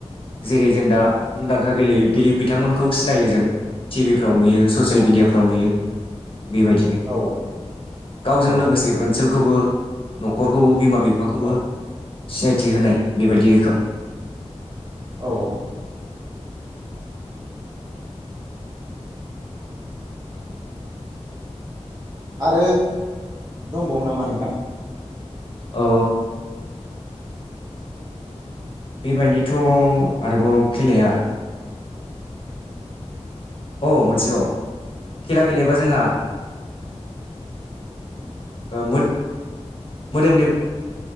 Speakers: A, on the left (about 50°); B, on the right (about 35°).
A: जेरै जों दा मुंदांखा गेलेयो बिथांमोनखौ सिनायो जों टि भि फोराव नुयो ससियेल
B: औ
A: मेडिया नुयो बेबायदिनो
B: औ
A: गावजों
B: औ
A: लोगोसे ओनसोलखौबो न'खरखौबो बिमा बिफाखौबो
B: औ
A: सिनायथि होनाय बेबायदि रोखोम
B: औ आरो दंबावो नामा नोंथां?
A: औ बेबायदिथ' आरोबाव खेलाया औ मोनसेबाव खेला गेलेबा जोंहा ओ मोदो